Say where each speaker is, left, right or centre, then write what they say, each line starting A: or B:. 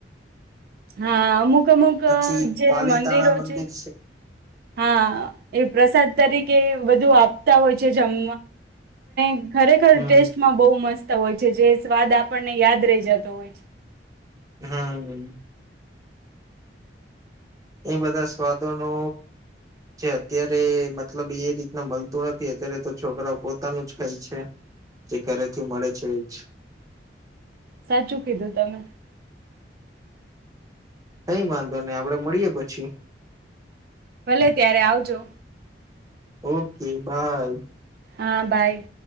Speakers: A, on the right (about 60°); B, on the right (about 20°).
A: હા અમુક અમુક
B: પછી
A: જે
B: પાલીતાણા
A: મંદિરો
B: મંદિર
A: છે. <unintelligible> હા એ પ્રસાદ તરીકે વધુ આપતા હોય છે જમ <unintelligible> ખરેખર
B: હમ
A: ટેસ્ટમાં બહુ મસ્ત <inaudible> હોય છે જે સ્વાદ આપણને યાદ રહી જતો હોય છે.
B: હા એ બધા સ્વાદોનો જે અત્યારે મતલબ એ રીતના મળતું નથી અત્યારે તો છોકરાઓ પોતાનું જ ખાય છે જે ઘરેથી મળે છે એજ.
A: સાચું કીધું તમે.
B: કઈ વાંધો નહી આપડે મળીએ પછી.
A: ભલે ત્યારે આવજો.
B: Okay bye.
A: હા બાય.